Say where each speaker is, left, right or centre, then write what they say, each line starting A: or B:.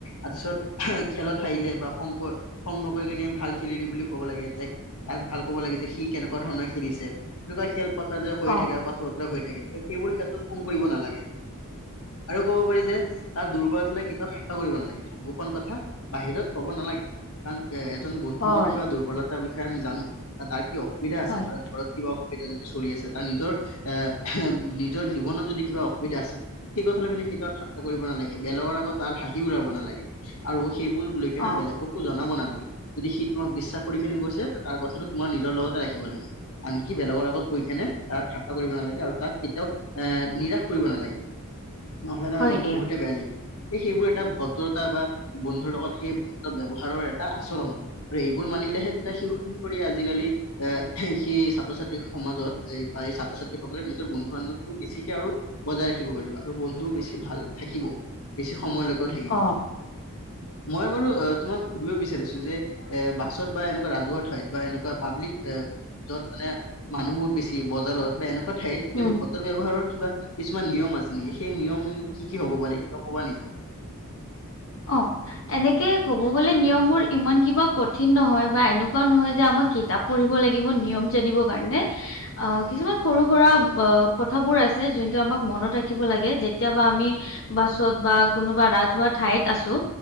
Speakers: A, on the left; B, on the left.
A: তাৰপিছত খেলত হাৰিলে বা খং খং নকৈ কিনে ভাল খেলিলি বুলি ক'ব লাগে। তাক ভাল ক'ব লাগে যে সি কেনেকুৱা ধৰণৰ খেলিছে এনেকুৱা খেল পথাৰ যে হৈয়ে
B: অ,
A: থাকে আৰু কথা বতৰা হৈ থাকে। সেইবোৰ ক্ষেত্ৰত খং কৰিব নালাগে। আৰু ক'ব পাৰি যে তাৰ দুৰ্বলত লৈ কেতিয়াও থাত্তা কৰিব নালাগে। গোপন কথা বাহিৰত ক'ব নালাগে কাৰণ এজন বন্ধুৰ
B: হয়,
A: যদি কিবা দুৰ্বলতা তাৰ বিষয়ে আমি জানো বা তাৰ কি অসুবিধা আছে
B: হয়,
A: তাৰ ঘৰত কিবা অসুবিধা যদি চলি আছে তাৰ নিজৰ এ, নিজৰ জীৱনত যদি কিবা অসুবিধা আছে। সেই কথালৈ কিন্তু কেতিয়াাত ঠাট্টা কৰিব নালাগে বেলগৰ আগত তাৰ হাঁহিও উলাব নালাগে। আৰু সেইবোৰ লৈকেনে
B: অ।
A: বেলেগক কো জনাব নালাগে। যদি সি তোমাক বিশ্বাস কৰি কেনে কৈছে তাৰ কথাটো তোমাৰ নিজৰ লগতে ৰাখিব লাগে। আনকি বেলেগৰ আগত কৈ কেনে তাক ঠাট্টা কৰিব নালাগে, আৰু তাক কেতিয়াও এ নিৰাশ কৰিব নালাগে। নহ'লে তাৰ
B: হয়
A: মনটো
B: দিয়া,
A: বহুতে বেয়া লাগিব। এই সেইবোৰ এটা ভদ্ৰতা বা বন্ধুৰ লগত সেই ভদ্ৰ ব্যৱহাৰৰ এটা আচৰণ। আৰু এইবোৰ মানিলেহে তেতিয়া সি শুই কৰি আজিকালি। এ সেই ছাত্ৰ ছাত্ৰী সমাজত এ বা এই ছাত্ৰ ছাত্ৰীসকলে নিজৰ বন্ধু বান্ধৱী বেছিকে আৰু বজাই ৰাখিব পাৰিব। আৰু বন্ধু বেছি ভাল থাকিব বেছি সময়লৈকেও থাকিব।
B: অ,
A: মই বাৰু অ', তোমাক সুধিব বিচাৰিছো যে এ বাছত বা এনেকুৱা ৰাজহুৱা ঠাইত বা এনেকুৱা পাব্লিক এ য'ত মানে মানুহ বহুত বেছি বজাৰত বা এনেকুৱা ঠাইত
B: উম।
A: ভ দ্ৰ ব্যৱহাৰৰ কিবা কিছুমান নিয়ম আছে নেকি? সেই নিয়ম কি কি হব পাৰে কিবা ক'বা নেকি?
B: অ'। এনেকে ক'ব গ'লে নিয়ম বোৰ ইমান কিবা কঠিন নহয়, বা এনেকুৱাও নহয় যে আমাৰ কিতাপ পঢ়িব লাগিব নিয়ম জানিবৰ কাৰণে। আ, কিছুমান সৰু সুৰা কথাবোৰ আছে যোনটো আমাক মনত ৰাখিব লাগে। যেতিয়াবা আমি বাছত বা কোনোবা ৰাজহুৱা ঠাইত ত আছোঁ।